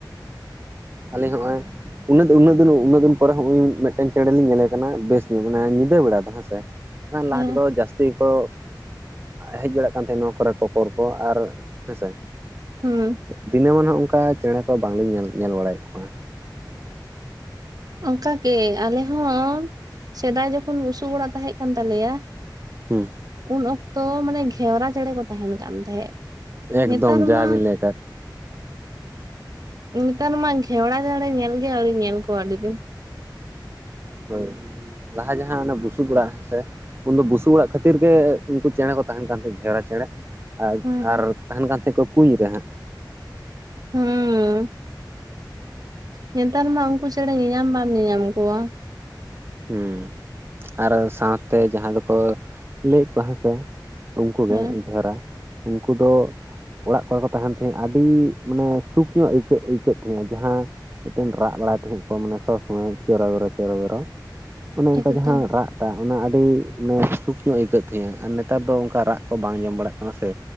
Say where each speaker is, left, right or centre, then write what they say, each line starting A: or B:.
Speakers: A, on the right; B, on the right.
A: ᱟᱞᱤᱧ ᱦᱚᱸᱜᱼᱚᱭᱼᱼ ᱩᱱᱟᱹᱜ ᱩᱱᱟᱹᱜ ᱫᱤᱱ ᱩᱱᱟᱹᱜ ᱫᱤᱱ ᱯᱚᱨᱮ ᱦᱚᱸ ᱢᱤᱫᱴᱮᱱ ᱪᱮᱬᱮ ᱞᱤᱧ ᱧᱮᱞᱮ ᱠᱟᱱᱟ ᱵᱮᱥ ᱧᱩᱛ ᱢᱟᱱᱮ ᱧᱤᱫᱟᱹ ᱵᱮᱲᱟ᱾ ᱦᱮᱸᱥᱮ ᱵᱟᱝ ᱠᱷᱟᱱ ᱞᱟᱦᱟ
B: ᱦᱮᱸ
A: ᱛᱮᱫᱚ ᱡᱟᱹᱥᱛᱤᱼᱼ ᱡᱟᱹᱥᱛᱤ ᱠᱚ ᱦᱮᱡ ᱵᱟᱲᱟᱜ ᱠᱟᱱ ᱛᱟᱦᱮᱱᱟ ᱱᱚᱣᱟ ᱠᱚᱨᱮ ᱠᱚᱯᱚᱨ ᱠᱚ ᱟᱨ ᱦᱮᱸᱥᱮᱼᱼ
B: ᱦᱩᱸ᱾
A: ᱫᱤᱱᱟᱹᱢᱟᱱ ᱦᱚᱸ ᱚᱱᱠᱟ ᱪᱮᱬᱮᱸ ᱠᱚ ᱵᱟᱝ ᱞᱤᱧ ᱧᱮᱞ ᱵᱟᱲᱟᱭᱮᱫ ᱠᱚᱣᱟ᱾
B: ᱚᱱᱠᱟ ᱜᱮ ᱟᱞᱮ ᱦᱚᱸ ᱥᱮᱫᱟᱭ ᱡᱚᱠᱷᱚᱱ ᱵᱩᱥᱩᱵ ᱚᱲᱟᱜ ᱛᱟᱦᱮᱸ ᱠᱟᱱ ᱛᱟᱞᱮᱭᱟᱼᱼ
A: ᱦᱮᱸ᱾
B: ᱩᱱ ᱚᱠᱛᱚ ᱢᱟᱱᱮ ᱜᱷᱮᱣᱨᱟ ᱪᱮᱬᱮᱸ ᱠᱚ ᱛᱟᱦᱮᱱ ᱠᱟᱱ ᱛᱟᱦᱮᱸᱫ᱾
A: ᱮᱠᱫᱚᱢ
B: ᱱᱮᱛᱟᱨ
A: ᱡᱟᱵᱮᱱ
B: ᱢᱟ
A: ᱞᱟᱹᱭ ᱟᱠᱟᱫ᱾
B: ᱱᱮᱛᱟᱨ ᱢᱟ ᱜᱷᱮᱣᱲᱟ ᱪᱮᱬᱮ ᱧᱮᱞ ᱜᱮ ᱟᱹᱣᱨᱤᱧ ᱧᱮᱞ ᱠᱚᱣᱟ ᱟᱹᱰᱤᱼᱼ ᱦ <unintelligible>
A: ᱦᱳᱭ ᱞᱟᱦᱟ ᱡᱟᱦᱟᱸ ᱚᱱᱟ ᱵᱩᱥᱩᱵ ᱚᱲᱟᱜ ᱦᱮᱸ ᱥᱮ᱾ ᱩᱱ ᱫᱚ ᱵᱩᱥᱩᱵᱽ ᱚᱲᱟᱜ ᱠᱷᱟᱹᱛᱤᱨ ᱜᱮ ᱩᱱᱠᱩ ᱪᱮᱬᱮᱸ ᱠᱚ ᱛᱟᱦᱮᱱ ᱠᱟᱱ ᱛᱟᱦᱮᱸᱫ ᱜᱷᱮᱣᱨᱟ ᱪᱮᱬᱮᱸ᱾
B: ᱦᱩᱸ
A: ᱟᱨ ᱛᱟᱦᱮᱱ ᱠᱟᱱ ᱛᱟᱦᱮᱸᱫ ᱠᱚᱣᱟ ᱠᱩᱧ ᱨᱮ ᱦᱟᱸᱜ᱾᱾
B: ᱦᱩᱸ᱾ ᱱᱮᱛᱟᱨ ᱢᱟ ᱩᱱᱠᱩ ᱪᱮᱬᱮ ᱧᱮᱧᱟᱢ ᱵᱟᱢ ᱧᱮᱧᱟᱢ ᱠᱚᱣᱟ᱾
A: ᱦᱩᱸ ᱟᱨ ᱥᱟᱶᱛᱮ ᱡᱟᱦᱟᱸᱭ ᱫᱚᱠᱚ ᱞᱟᱹᱭᱮᱫ ᱠᱚᱣᱟ ᱦᱮᱸᱥᱮ᱾ ᱩᱱᱝᱩᱜᱮ
B: ᱦᱮᱸ
A: ᱜᱷᱮᱨᱟ ᱩᱱᱠᱩ ᱫᱚ ᱚᱲᱟᱜ ᱠᱚᱨᱮ ᱠᱚ ᱛᱟᱦᱮᱱ ᱛᱟᱦᱮᱸᱜ ᱟᱹᱰᱤ ᱢᱟᱱᱮ ᱥᱩᱠ ᱧᱚᱜ ᱟᱹᱭᱠᱟᱹᱜ ᱟᱹᱭᱠᱟᱹᱜ ᱛᱟᱦᱮᱸᱜᱼᱟ ᱡᱟᱦᱟᱸ ᱢᱤᱫᱴᱮᱱ ᱨᱟᱜ ᱵᱟᱲᱟᱭ ᱛᱟᱦᱮᱸᱫ ᱠᱚ ᱢᱟᱱᱮ ᱥᱚᱵᱽ ᱥᱚᱢᱚᱭ ᱪᱮᱨᱚᱵᱮᱨᱚ ᱪᱮᱨᱚᱵᱮᱨᱚ ᱚᱱᱮ ᱚᱱᱠᱟ
B: ᱮᱠᱫᱚᱢ
A: ᱡᱟᱦᱟᱸ ᱨᱟᱜ ᱴᱟ ᱚᱱᱟ ᱟᱹᱰᱤ ᱢᱟᱱᱮ ᱥᱩᱠ ᱧᱚᱜ ᱟᱹᱭᱠᱟᱹᱜ ᱛᱟᱸᱦᱮ-ᱟ ᱟᱨ ᱱᱮᱛᱟᱨ ᱫᱚ ᱚᱱᱠᱟ ᱨᱟᱜ ᱠᱚ ᱵᱟᱝ ᱟᱸᱡᱚᱢ ᱵᱟᱲᱟᱜ ᱠᱟᱱᱟ ᱥᱮ᱾